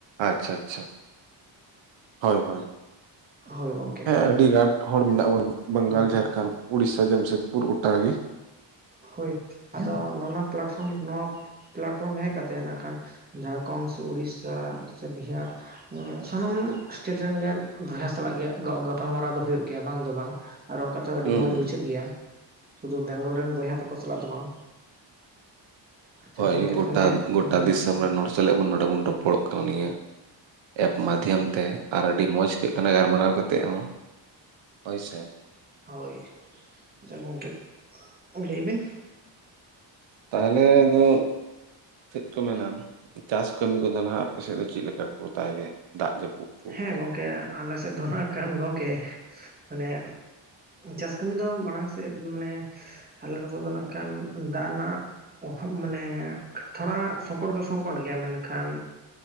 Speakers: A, on the right; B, on the right.
A: ᱟᱪᱪᱷᱟ ᱟᱪᱪᱷᱟ ᱦᱳᱭ ᱦᱳᱭ
B: ᱦᱳᱭ ᱜᱚᱝᱠᱮ
A: ᱦᱮᱸ ᱟᱹᱰᱤ ᱟᱴ ᱦᱚᱲ ᱢᱮᱱᱟᱜ ᱵᱚᱱᱟ ᱵᱮᱹᱝᱜᱟᱞ
B: ᱟᱫᱚ
A: ᱡᱷᱟᱲᱠᱷᱚᱱᱰ ᱩᱲᱤᱥᱥᱟ ᱡᱟᱢᱥᱮᱫᱽᱯᱩᱨ ᱜᱚᱴᱟᱜ ᱜᱮ
B: ᱦᱳᱭ ᱟᱫᱚ ᱱᱚᱱᱟ ᱯᱞᱟᱴᱯᱷᱨᱚᱢ ᱱᱚᱣᱟ ᱯᱞᱟᱴᱯᱷᱨᱚᱢ ᱨᱮ ᱦᱮᱡ ᱠᱟᱛᱮ ᱱᱟᱜ ᱠᱷᱟᱱ ᱡᱷᱟᱲᱠᱷᱚᱸᱱᱰ ᱥᱮ ᱩᱲᱤᱥᱥᱟ ᱥᱮ ᱵᱤᱦᱟᱨ ᱥᱟᱱᱟᱢ ᱮᱥᱴᱮᱴ ᱨᱮᱱ ᱜᱮ ᱵᱚᱭᱦᱟ ᱥᱟᱞᱟᱜ ᱜᱮ ᱜᱟ-ᱜᱟᱯᱟᱞᱢᱟᱨᱟᱣ ᱫᱚ ᱦᱩᱭᱩᱜ ᱜᱮᱭᱟ ᱵᱟᱝ ᱫᱚ ᱵᱟᱝ ᱟᱨ ᱨᱚᱲ ᱠᱟᱛᱮᱫ ᱦᱚᱸ ᱟᱹᱰᱤ
A: ᱦᱩᱸ
B: ᱢᱚᱸᱡᱽ
A: ᱦᱩᱸ
B: ᱵᱩᱡᱷᱟᱹᱜ ᱜᱮᱭᱟ ᱥᱩᱫᱩ ᱵᱮᱝᱜᱚᱞ ᱨᱮᱱ ᱵᱚᱭᱦᱟ ᱛᱟᱠᱚ ᱥᱟᱞᱟᱜ ᱫᱚ ᱵᱟᱝ ᱟᱪᱪᱷᱟ
A: ᱦᱳᱭ
B: ᱜᱚᱝᱠᱮ
A: ᱜᱚᱴᱟ
B: ᱛᱟᱦᱚᱞᱮ
A: ᱜᱚᱴᱟ
B: ᱪᱟᱞᱟᱜ
A: ᱫᱤᱥᱚᱢ ᱨᱮ ᱦᱚᱲ ᱪᱟᱞᱮᱜ ᱵᱚᱱ ᱱᱚᱰᱮ ᱵᱚᱱ ᱨᱚᱯᱚᱲᱚᱜ ᱠᱟᱱᱟ ᱱᱤᱭᱟᱹ ᱮᱯ ᱢᱟᱫᱽᱫᱷᱮᱭᱮᱢ ᱛᱮ ᱟᱨ ᱟᱹᱰᱤ ᱢᱚᱸᱡᱽ ᱟᱹᱭᱠᱟᱹᱜ ᱠᱟᱱᱟ ᱜᱟᱞᱢᱟᱨᱟᱣ ᱠᱟᱛᱮᱫ ᱦᱚᱸ ᱦᱳᱭ ᱥᱮ
B: ᱦᱳᱭ ᱡᱮ ᱜᱚᱝᱠᱮᱛ ᱞᱟᱹᱭ ᱵᱤᱱ
A: ᱛᱟᱦᱞᱮ ᱫᱚ ᱪᱮᱫ ᱠᱚ ᱢᱮᱱᱟ ᱪᱟᱥ ᱠᱟᱹᱢᱤ ᱠᱚᱫᱚ ᱱᱟᱦᱟᱜ ᱟᱯᱮᱥᱮᱫ ᱫᱚ ᱪᱮᱜᱞᱮᱠᱟ ᱠᱚ ᱛᱟᱭᱞᱮ ᱫᱟᱜ ᱡᱟᱹᱯᱩᱫ ᱠᱩ?
B: ᱦᱮᱸ ᱜᱚᱝᱠᱮ ᱟᱞᱮ ᱥᱮᱫ ᱫᱚ ᱱᱟᱜ ᱠᱷᱟᱱ ᱜᱚᱝᱠᱮ ᱢᱟᱱᱮ ᱪᱟᱥ ᱠᱟᱹᱢᱤ ᱫᱚ ᱢᱟᱲᱟᱝ ᱥᱮᱫ ᱢᱟᱱᱮ ᱟᱞᱮ ᱱᱚᱛᱮ ᱫᱚ ᱱᱟᱜ ᱠᱷᱟᱱ ᱫᱟᱜ ᱨᱮᱱᱟᱜ ᱚᱵᱷᱟᱵ ᱢᱟᱱᱮ ᱛᱷᱚᱲᱟ ᱥᱚᱝᱠᱚᱴ ᱫᱚ ᱥᱚᱝᱠᱚᱴ ᱜᱮᱭᱟ ᱢᱮᱱᱠᱷᱟᱱ